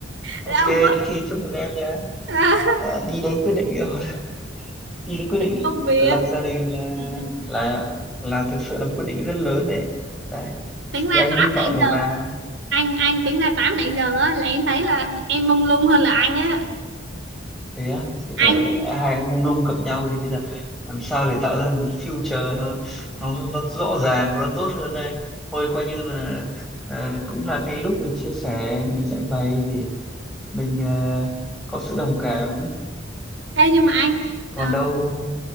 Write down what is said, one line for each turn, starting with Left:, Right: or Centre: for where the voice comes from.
Centre: ok
Right: Để ông
Centre: thế
Right: bớt
Centre: thì chúc mừng em nhá
Right: à,
Centre: Ờ, đi đến quyết định rồi <laughs> đi đến quyết định
Right: công việc
Centre: lập gia đình là
Right: Ừ, ừ.
Centre: là là thực sự là một quyết định rất lớn đấy đấy
Right: tính ra
Centre: thì anh
Right: 8
Centre: hy
Right: nãy
Centre: vọng
Right: giờ
Centre: là
Right: anh anh tính ra 8 nãy giờ á là em thấy là em mông lung hơn là anh á
Centre: thế á thế
Right: anh
Centre: tớ hai mông lung gặp nhau thì bây giờ làm sao để tạo ra một cái future nó nó nó rõ ràng và nó tốt hơn đây thôi coi như là ờ, cũng là cái lúc mình chia sẻ mình giải bày để mình ờ, có sự đồng cảm
Right: ê nhưng mà anh
Centre: còn
Right: ờ,
Centre: đâu